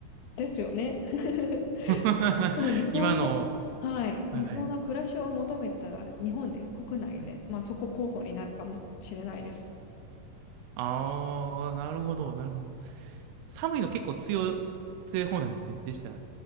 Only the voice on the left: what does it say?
ですよね。<laughs>
その理想な、
はい、理想な暮らしを求めたら、
日本で、国内で、
まあそこ候補になるかもしれないです。